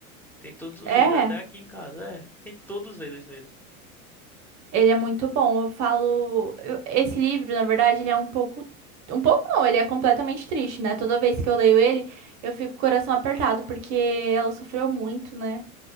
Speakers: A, in the centre; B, on the right.
A: Tem todos os
B: É,
A: livros, até aqui em casa. É, tem todos eles mesmo.
B: ele é muito bom. Eu falo, eu- esse livro, na verdade, ele é um pouco, um pouco não, ele é completamente triste, né? Toda vez que eu leio ele, eu fico com o coração apertado porque ela sofreu muito, né?